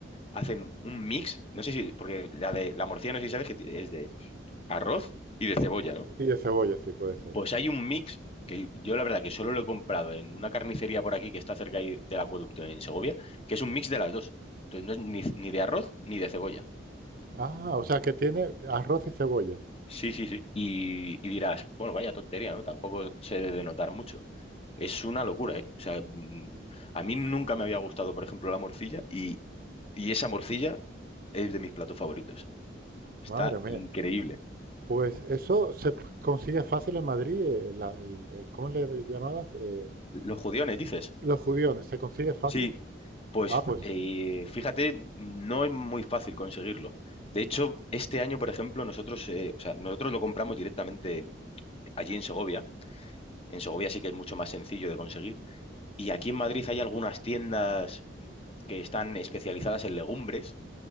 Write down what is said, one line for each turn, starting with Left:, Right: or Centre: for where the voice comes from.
Left: hacen un mix, no sé si, porque la de la morcilla no sé si sabes que ti- es de arroz y de cebolla, ¿no?
Right: y de cebolla sí puede ser.
Left: Pues hay un mix que yo la verdad que solo lo he comprado en una carnicería por aquí que está cerca ahí del acueducto en Segovia, que es un mix de las dos. Entonces no es ni, ni de arroz ni de cebolla.
Right: Ah, o sea que tiene arroz y cebolla.
Left: Sí, sí, sí. Y, y dirás, bueno, vaya tontería, ¿no? Tampoco se debe de notar mucho. Es una locura, ¿eh? O sea, mm, a mí nunca me había gustado, por ejemplo, la morcilla y, y esa morcilla es de mis platos favoritos. Está
Right: Madre mía.
Left: increíble.
Right: Pues eso se p- consigue fácil en Madrid. eh, la- el- el- ¿cómo le llamabas? Eh,
Left: Los judiones, dices.
Right: Los judiones, ¿se consigue fácil?
Left: Sí, Pues
Right: Ah, pues.
Left: eh, fíjate, no es muy fácil conseguirlo. De hecho, este año, por ejemplo, nosotros, eh, o sea, nosotros lo compramos directamente allí en Segovia. En Segovia sí que es mucho más sencillo de conseguir. Y aquí en Madrid hay algunas tiendas que están especializadas en legumbres